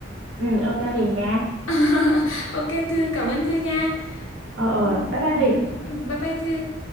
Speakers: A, on the right; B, on the left.
A: ừ ok Hiền nha
B: <laughs> Ok Thư, cảm ơn Thư nha.
A: ờ ờ
B: Ừ,
A: bye bye
B: ừ,
A: Hiền
B: ừ. Bye bye Thư.